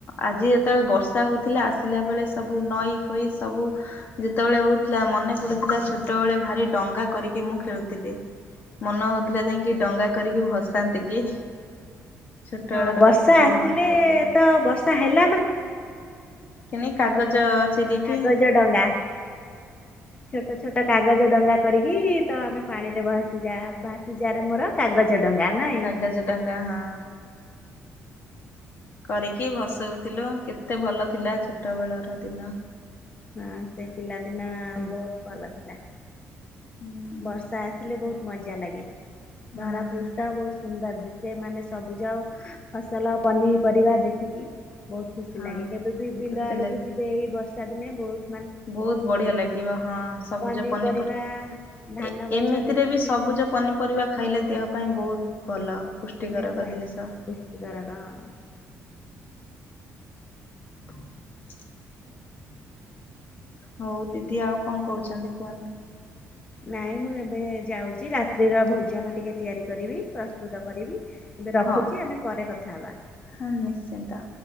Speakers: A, on the left; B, on the left.
A: ଆଜି ଯେତେବେଳେ ବର୍ଷା ହଉଥିଲା ଆସିଲା ବେଳେ ସବୁ ନଈ ଫଇ ସବୁ। ଯେତେବେଳେ ହଉଥିଲା ମନେ ପଡୁଥିଲା ଛୋଟବେଳେ ଭାରି ଡଙ୍ଗା କରିକି ମୁଁ ଖେଳୁଥିଲି। ମନ ହଉଥିଲା ଯାଇକି ଡଙ୍ଗା କରିକି ଭସାନ୍ତି କି। ଛୋଟ
B: ହଁ
A: ବେଳ ର
B: ବର୍ଷା
A: କଥା କାଲି
B: ଆସିଲେ
A: ମନେ ପଡିଯାଉ
B: ତ ବର୍ଷା ହେଲା ମାନେ
A: କିଣି କାଗଜ ଚିରି
B: କାଗଜ
A: କିି
B: ଡଙ୍ଗା ଛୋଟ ଛୋଟ କାଗଜ ଡଙ୍ଗା କରିକି ତ ଆମେ ପାଣି ରେ ଭସିଯା ଭାସିଯାରେ ମୋର। କାଗଜ ଡଙ୍ଗା ନାଇଁ।
A: କାଗଜ ଡଙ୍ଗା ହଁ। କରିକି ଭସଉଥିଲୁ କେତେ ଭଲ ଥିଲା ଛୋଟ ବେଳ ର ଦିନ।
B: ହଁ ସେ ପିଲାଦିନ ବହୁତ୍ ଭଲ ଥିଲା।
A: <inaudible>
B: ବର୍ଷା ଆସିଲେ ବହୁତ୍ ମଜା ଲାଗେ
A: ହଁ
B: ଭାରା ପୃଷ୍ଠା ବହୁତ୍ ସୁନ୍ଦର ଦିଶେ ମାନେ ସବୁଜଉ ଫସଲ ପନିପରିବା ଦେଖିକି। ବହୁତ୍ ଖୁସି
A: ହଁ
B: ଲାଗେ କେବେ ବି ବିଲ
A: ଖୁସି
B: ଆଡ଼କୁ ଯିବେ ଏଇ ବର୍ଷା ଦିନେ ବହୁତ୍
A: ବହୁତ୍ ବଢିଆ ଲାଗିବ ହଁ ସବୁଜ
B: ପନିପରିବା
A: ପନିପରିବା।
B: ଧାନ
A: ଏ-ଏମିତିରେ
B: ଗଛ ଦେଖିକି
A: ବି ସବୁଜ ପନିପରିବା ଖାଇଲେ ଦେହ ପାଇଁ ବହୁତ୍ ଭଲ ପୁଷ୍ଟିକାରକ
B: ଦେହ ପାଇଁ
A: ଜିନିଷ।
B: <unintelligible>
A: <inaudible> ହଉ ଦିଦି ଆଉ କଣ କହୁଛନ୍ତି କୁହନ୍ତୁ।
B: ନାଇଁ ମୁଁ ଏବେ ଯାଉଛି ରାତ୍ରିର ଭୋଜନ ଟିକେ ତିଆରି କରିବି ପ୍ରସ୍ତୁତ କରିବି। ଏବେ ରଖୁଛି
A: ହଉ
B: ଆମେ ପରେ କଥା ହବା।
A: ହଁ ନିଶ୍ଚିନ୍ତ।